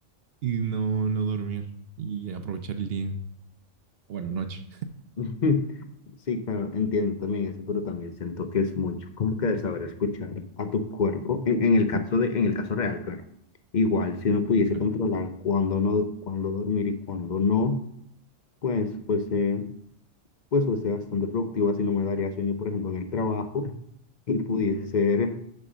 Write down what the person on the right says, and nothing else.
y no, no dormir y aprovechar el día. Bueno, noche,
claro.